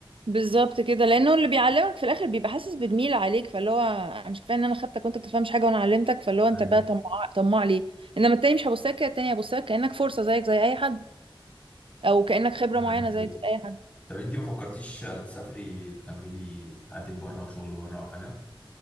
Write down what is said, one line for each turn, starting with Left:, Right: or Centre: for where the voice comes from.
Right: بالظبط كده لانه اللي بيعلمك في الاخر بيبقى حاسس بالميل عليك فاللي هو أنا مش كفايه ان انا خدتك وانت بتفهمش حاجه وانا علمتك فاللي هو انت
Left: ايوه
Right: بقى طماع طماع ليه انما التاني مش هبص لك كده التاني هبص لك كانك فرصه زيك زي اي حد او كانك خبره
Left: ده
Right: معينه زيك
Left: حقيقي.
Right: زي اي حد
Left: طب انت ما فكرتيش تسافري تكملي حياتك بره وشغل بره او حاجه